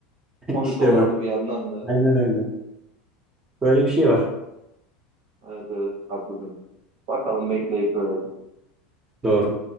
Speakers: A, on the right; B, on the right.
A: <laughs>
B: komik
A: İşte
B: olurdu
A: bak.
B: bir yandan da.
A: Aynen öyle. Böyle bir şey var.
B: Evet evet haklısın. Bakalım bekleyip göreceğiz.
A: Doğru.